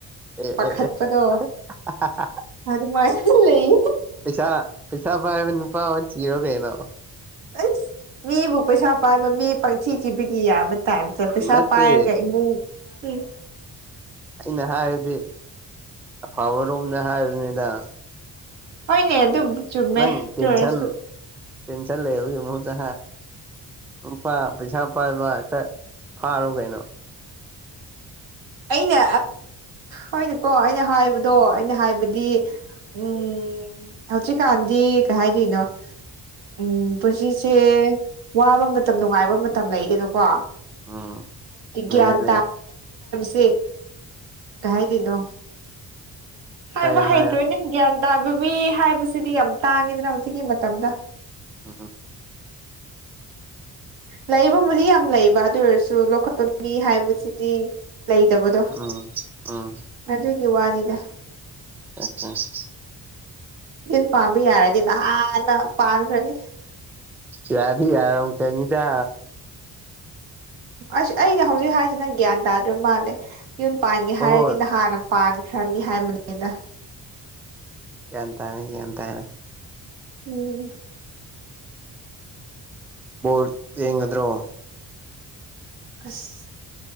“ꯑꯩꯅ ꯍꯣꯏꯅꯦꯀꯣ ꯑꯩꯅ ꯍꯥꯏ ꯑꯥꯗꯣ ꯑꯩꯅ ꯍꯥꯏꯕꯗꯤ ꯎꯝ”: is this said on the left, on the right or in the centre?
Right